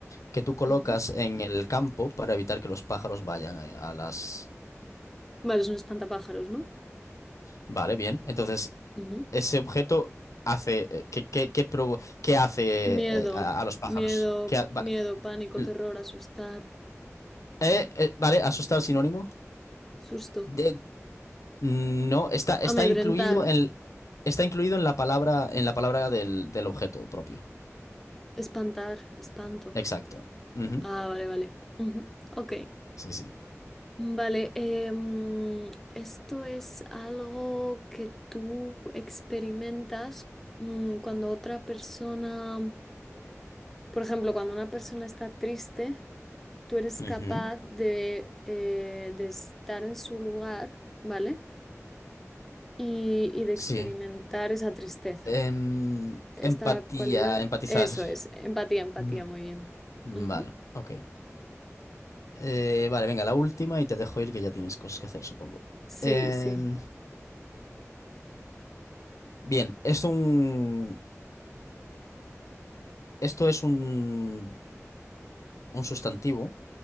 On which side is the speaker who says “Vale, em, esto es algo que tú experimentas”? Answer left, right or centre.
Centre